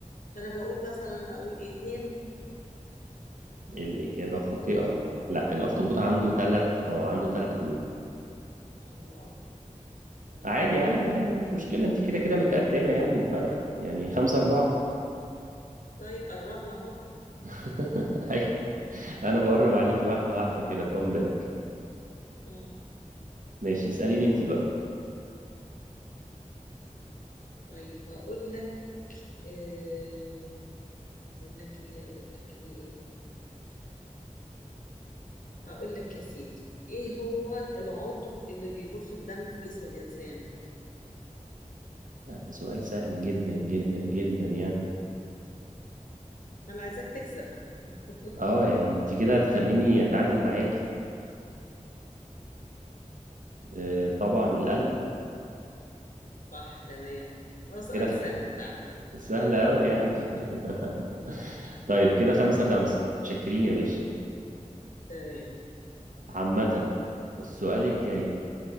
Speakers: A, on the left (about 80°); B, on the right (about 80°).
A: فانا بقول مثلا اقول ايه اتنين
B: الاجابة خاطئة لا الاخطبوط عنده
A: غلط
B: تلات اه عنده تلات قلوب
A: اه مم.
B: عادي عادي عادي مش مشكلة انت كده كده متقدمة يعني وفارقة يعني خمسة أربعة
A: طيب قربنا اهو
B: <laughs>
A: <laughs>
B: أيوة أنا بقرب عليكي واحدة واحدة كده كوم باك
A: اه
B: ماشي اسأليني انت بقى
A: طيب اقول لك آه، اقول لك ايه اقول لك ايه اقول لك يا سيدي ايه هو العضو اللي بيضخ الدم في جسم الانسان
B: لا، ده سؤال سهل جدا جدا جدا يعني
A: انا عايزاك تكسب <laughs>
B: اه يعني انت كده هتخليني أتعادل معاكي آه طبعا القلب
A: صح تمام هو سؤال
B: كده خ-
A: سهل فعلا
B: سهلة أوي يعني <laughs>
A: مم.
B: طيب كده خمسة خمسة شكرين يا باشا
A: تمام
B: عامة السؤال الجاي